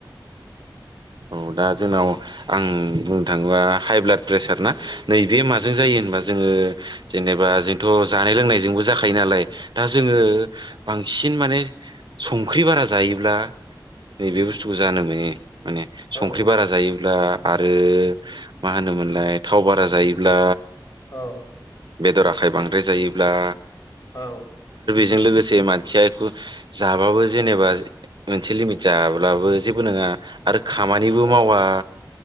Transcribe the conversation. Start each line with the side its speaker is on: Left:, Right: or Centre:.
Right: औ दा जोंनाव आं बुंनो थाङोबा हाइ ब्लाड प्रेसार ना नैबे माजों जायो होनबा जोङो जेनेबा जोंथ जानाय लोंनायजोंबो जाखायो नालाय दा जोङो सिन माने संख्रि बारा जायोब्ला नैबे बुस्थुखौ जानो मोनो माने संख्रि
Left: औ
Right: बारा जायोब्ला आरो मा होनोमोनलाय थाव बारा जायोब्ला
Left: औ
Right: बेदर आखाइ बांद्राय जायोब्ला
Left: औ
Right: जों लोगोसे मानसियाखौ जाबाबो जेनेबा मोनसे लिमिट जाब्लाबो जेबो नङा आरो खामानिबो
Left: औ
Right: मावा